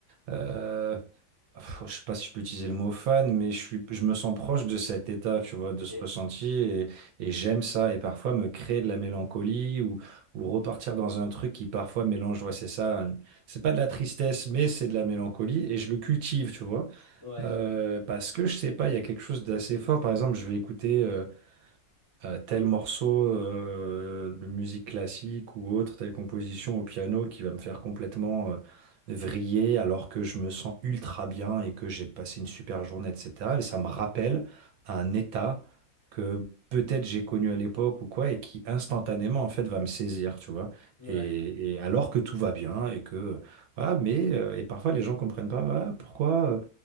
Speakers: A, on the right; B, on the left.
A: euh, pff, je sais pas si je peux utiliser le mot fan, mais je suis, je me sens proche de cet état, tu vois,
B: Ok.
A: de ce ressenti, et, et j'aime ça. Et parfois, me créer de la mélancolie ou, ou repartir dans un truc qui parfois mélange, ouais, c'est ça. hein. C'est pas de la tristesse, mais c'est de la mélancolie, et je le cultive, tu vois.
B: Ouais,
A: Euh, parce que je sais pas, il y a quelque chose d'assez fort. Par exemple, je vais écouter. euh, euh, tel morceau euh, de musique classique ou autre, telle composition au piano qui va me faire complètement euh, vriller alors que je me sens ultra bien et que j'ai passé une super journée, etc. Et ça me rappelle un état que peut-être j'ai connu à l'époque ou quoi et qui instantanément en fait va me saisir, tu vois.
B: ouais,
A: Et, et alors que tout va bien et que voilà, mais euh, et parfois les gens comprennent pas ah, pourquoi. euh,